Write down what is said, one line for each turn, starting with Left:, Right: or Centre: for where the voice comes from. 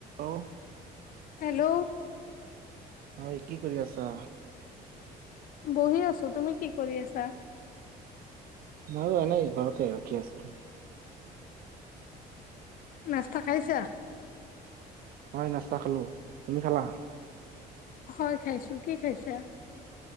Right: অ'।
Left: Hello?
Right: হয়, কি কৰি আছা?
Left: বহি আছো, তুমি কি কৰি আছা?
Right: মই এনেই ঘৰতে ৰখি আছো।
Left: নাস্তা খাইছা?
Right: হয়' নাস্তা খালো, তুমি খালা?
Left: হয় খাইছো, কি খাইছা?